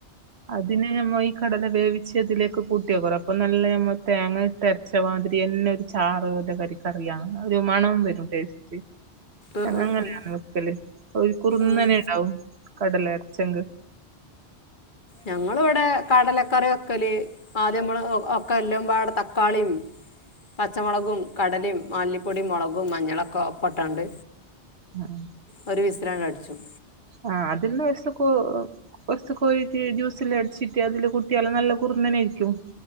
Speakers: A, on the right (about 70°); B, on the left (about 45°).
A: അതിനെ നമ്മള് ഈ കടല വേവിച്ചെതിലേക്ക് കൂട്ടിയാേക്കറം അപ്പൊ നല്ലെ നമ്മൾ തേങ്ങെ ഇട്ട് അരച്ച് ച്ചമാതിരിയെന്നെ ഒരു ചാറ് പോലെര് ക കറിയാ ഒരു മണം വരും ടേസ്റ്റ്
B: ആഹ്
A: അങ്ങനെയാണ്
B: ആഹ് ആഹ്
A: വെക്കല് ഒരു കുറ്ന്നനേണ്ടാവും
B: ഉം
A: കടല അനരച്ചെങ്ങ്
B: ഞങ്ങള് വടെ കടലക്കറി വെക്കല് ആദ്യമ്മള് ഒ ഒ ഒക്കെ എല്ലം പാടെ തക്കാളിം പച്ചമാെളകും കടലിം മല്ലിപ്പൊടിയും മൊളകും മഞ്ഞളാെക്കെ ഒപ്പട്ടാണ്ട്
A: ആഹ്
B: ഒര് വിസ്‌ലാണ്ടട്‌ച്ചും
A: ആഹ് അതിന്ന് ഒര് സെക്കൊ ഒര്സ് കോഴീറ്റ് ജ്യൂസെല്ലാം അടിച്ചിട്ട് അതില് കൂട്ടിയാല് നല്ല കുറ്ന്നെനേയ്രിക്കും